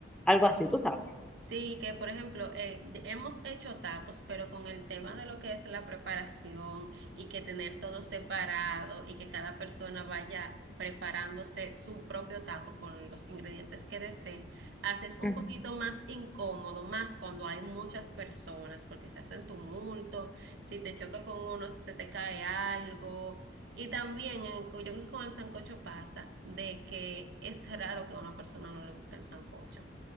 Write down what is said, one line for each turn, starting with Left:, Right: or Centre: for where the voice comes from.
Centre: algo así, tú sabes.
Right: Sí, que por ejemplo, eh, de- hemos hecho tacos, pero con el tema de lo que es la preparación y que tener todo separado y que cada persona vaya preparándose su propio taco con los ingredientes que desee, haces un
Centre: Ujú.
Right: poquito más incómodo, más cuando hay muchas personas, porque se hacen tumulto, si te choca con uno, si se te cae algo. Y también, en- yo creo que con el sancocho pasa de que es raro que a una persona no le guste el sancocho.